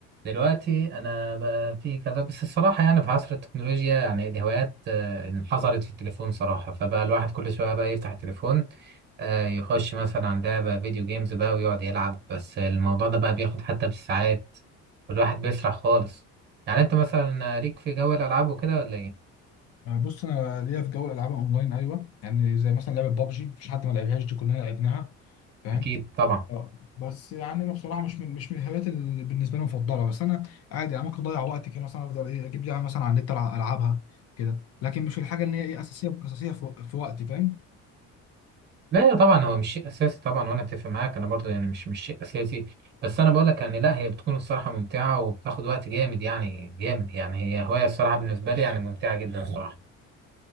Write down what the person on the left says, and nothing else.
أنا بص انا ليا في جو الالعاب اونلاين ايوه يعني زي مثلا لعبه بابجي مفيش حد ما لعبهاش دي كلنا لعبناها فاهم
اه بس يعني انا بصراحه مش من مش من الهوايات اللي بالنسبه لي مفضله بس انا عادي يعني ممكن اضيع وقتي كده مثلا افضل ايه اجيب لعبه مثلا على النت ألع- العبها كده لكن مش الحاجه اللي هي ايه اساسيه اساسيه في, في وقتي فاهم